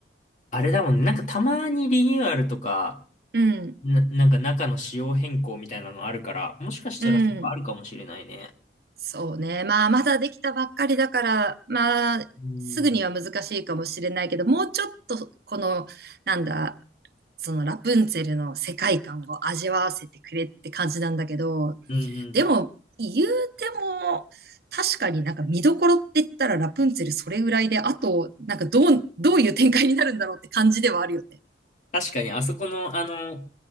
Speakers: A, on the left; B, on the right.
A: あれだもんね。なんかたまにリニューアルとか、
B: うん、
A: な、なんか中の仕様変更みたいなのあるから、もしかしたらそっかあるかもしれないね。
B: うん。そうね。まあ、まだできたばっかりだから、まあ、
A: うん。
B: すぐには難しいかもしれないけど、もうちょっと、この、なんだ、そのラプンツェルの世界観を味わわせてくれって感じなんだけど、
A: うんうん。
B: でも、言うても、確かになんか見どころって言ったらラプンツェルそれぐらいで、あと、なんかどう、どういう展開になるんだろうって感じではあるよね。
A: 確かに、あそこの、あの、